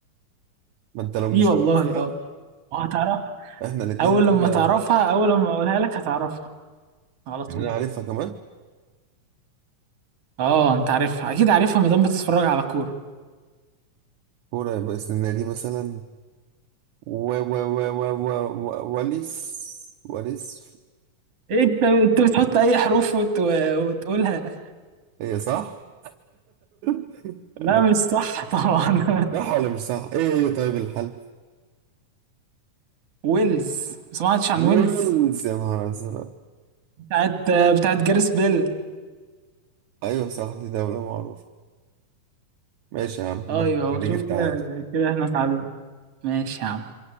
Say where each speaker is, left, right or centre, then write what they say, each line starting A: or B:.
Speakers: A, on the right; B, on the right.
A: ما انت لو مش
B: ايه والله
A: عارفها
B: اه وهتعرفها
A: احنا الاتنين
B: اول
A: كده
B: لما تعرفها اول لما اقولها لك هتعرفها على طول
A: انا عارفها كمان
B: اه انت عارفها اكيد عارفها ما دام بتتفرج على كورة
A: كورة يبقى اسمنا دي مثلا و و و و و و- وليس وليس
B: إيه انت انت بتحط اي حروف وت... وتقولها
A: هي صح؟ <laughs>
B: لا
A: أنا-
B: مش صح طبعا
A: صح ولا مش صح؟ ايه هي طيب الحل؟
B: <laughs> ويلز ما سمعتش عن
A: ويلز
B: ويلز
A: يا نهار ازرق
B: بتاعت بتاعت جاريس بيل
A: ايوه صح دي دولة معروفة ماشي يا عم مبروك
B: ايوه
A: عليك
B: شوف كده
A: انت
B: كده احنا اتعادلنا ماشي يا عم